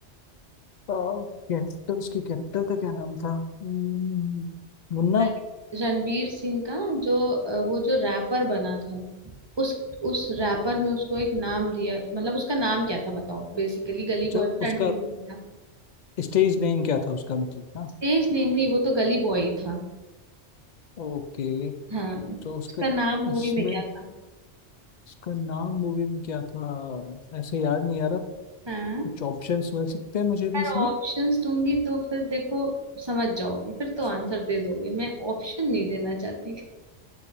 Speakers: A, on the left; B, on the right.
A: कैरेक्टर उसके कैरेक्टर का क्या नाम था हम्म, मुन्ना
B: गली- रणवीर सिंह का जो अ, वो जो रैपर बना था उस उस रैपर में उसको एक नाम दिया मतलब उसका नाम क्या था बताओ बेसिकली गली
A: अच्छा
B: बॉय
A: उसका
B: रणवीर सिंह का
A: स्टेज नेम क्या था उसका मतलब ना
B: स्टेज नेम नहीं वो तो गली बॉय ही था
A: ओके
B: हाँ
A: तो उसका
B: उसका नाम मूवी
A: उसमें
B: में क्या था
A: इसका नाम मूवी में क्या था ऐसे याद नहीं आ रहा
B: हाँ
A: कुछ ऑप्शंस मिल सकते हैं मुझे भी
B: यार
A: इसमें
B: ऑप्शंस दूंगी तो फिर देखो समझ जाओगे फिर तो आंसर दे दोगे मैं ऑप्शन नहीं देना चाहती